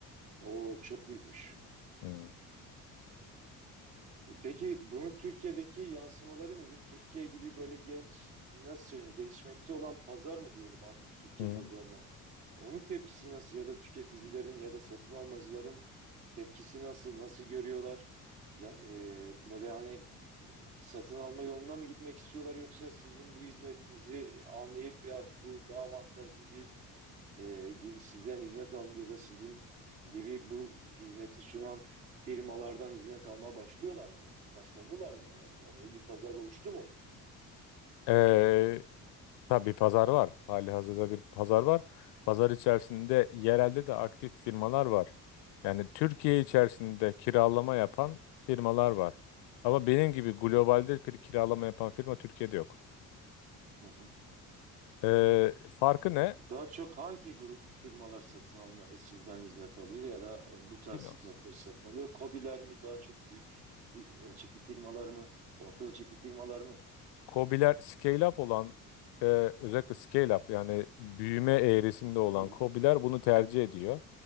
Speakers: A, on the right (about 80°); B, on the left (about 60°).
A: O çok büyükmüş.
B: Hmm.
A: Peki bunun Türkiye'deki yansımaları nedir? Türkiye gibi böyle genç, nasıl söyleyeyim, gelişmekte olan pazar mı diyelim artık Türkiye
B: Hmm.
A: pazarına? Onun tepkisi nasıl ya da tüketicilerin ya da satın almacıların tepkisi nasıl, nasıl görüyorlar? Ya, e, böyle hani satın alma yoluna mı gitmek istiyorlar yoksa sizin bu hizmetinizi anlayıp ya bu daha avantajlı deyip e, gid- sizden hizmet al ya da sizin gibi bu hizmeti sunan firmalardan hizmet almaya başlıyorlar mı? Başladılar mı en azından? Öyle bir pazar oluştu mu?
B: Ee, tabii pazar var. Hali hazırda bir pazar var. Pazar içerisinde yerelde de aktif firmalar var. Yani Türkiye içerisinde kiralama yapan firmalar var. Ama benim gibi globalde bir kiralama yapan firma Türkiye'de yok.
A: Hı hı.
B: Ee, farkı ne?
A: Daha çok hangi grup firmalar satın alma e, sizden hizmet alıyor ya da e, bu tarz
B: Binance.
A: hizmetleri satın alıyor? KOBİ'ler mi daha çok büyük bir ölçekli firmalar mı? Orta ölçekli firmalar mı?
B: KOBİ'ler scale up olan e, özellikle scale up yani büyüme eğrisinde olan
A: Hı hı.
B: KOBİ'ler bunu tercih ediyor.